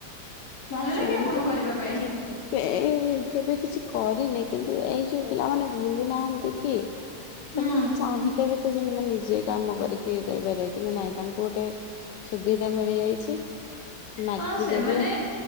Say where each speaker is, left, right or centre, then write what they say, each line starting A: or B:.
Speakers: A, on the left; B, on the left.
A: ଭଲ
B: ସେମିତି
A: ଲାଗେ ଆପଣଙ୍କୁ କରିବା ପାଇଁ
B: <unintelligible> କେବେ କିଛି କରିନି କିନ୍ତୁ ଏଇ ଯୋଉ ପିଲାମାନେେ ଭୁଲୁ ନାହାନ୍ତି କି? ସେମାନେ
A: ହୁଁ
B: ଚାହିଁଲେ ବି ନିଜେ କାମ କରିକି ଇଏ କରିପାରିବେ କିନ୍ତୁ ନାଇଁ ତାଙ୍କୁ ଗୋଟେ ସୁବିଧା ମିଳିଯାଇଛି। ମାଗିଦେବେ
A: ହଁ ସେମାନେ